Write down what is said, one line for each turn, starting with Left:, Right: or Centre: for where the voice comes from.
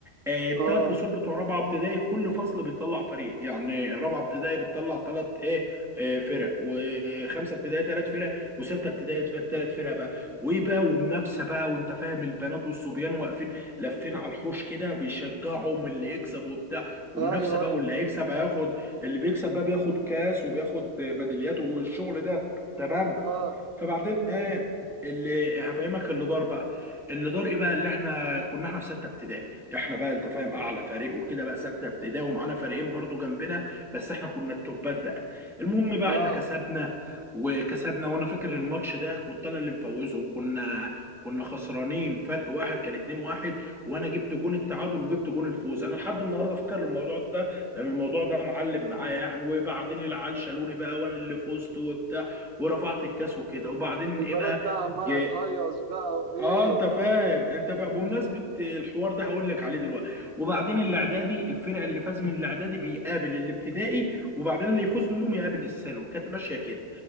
Centre: الثلاث
Right: آه
Centre: فصول بتوع رابعه ابتدائي كل فصل بيطلع فريق يعني رابعه ابتدائي بتطلع ثلاث ايه آه، فرق وخمسه ابتدائي ثلاث فرق وسته ابتدائي ثلاث فرق بقى وايه بقى ومنافسه بقى وانت فاهم البنات والصبيان واقفين لافين على الحوش كده بيشجعهم اللي يكسب وبتاع ومنافسه
Right: أيوه
Centre: بقى
Right: أيوه
Centre: واللي هيكسب هياخد اللي بيكسب بقى بياخد كاس وبياخد ميداليات والشغل ده تمام
Right: آه
Centre: فبعدين ايه اللي هفهمك اللي دار بقى اللي دار ايه بقى اللي احنا كنا احنا في سته ابتدائي احنا بقى انت فاهم اعلى فريق وكده بقى سته ابتدائي ومعانا فريقين برضو جنبنا بس احنا كنا التوبات بقى المهم بقى
Right: آه
Centre: احنا كسبنا وكسبنا وانا فاكر الماتش ده كنت انا اللي مفوزهم كنا كنا خسرانين فرق واحد كان 2 واحد وانا جبت جون التعادل وجبت جون الفوز انا لحد النهارده فاكر الموضوع ده لان الموضوع ده معلم معايا يعني وبعدين العيال شالوني بقى وانا اللي فزت وبتاع ورفعت الكاس وكده وبعدين
Right: والبنات
Centre: ايه بقى
Right: بقى عمالة
Centre: جاء
Right: تهيص بقى وإيه
Centre: اه انت فاهم انت فاهم بمناسبه الحوار ده هقول لك عليه دلوقتي وبعدين الاعدادي الفرقه اللي فاز من الاعدادي بيقابل الابتدائي وبعدين اللي يفوز منهم يقابل الثانوي كانت ماشيه كده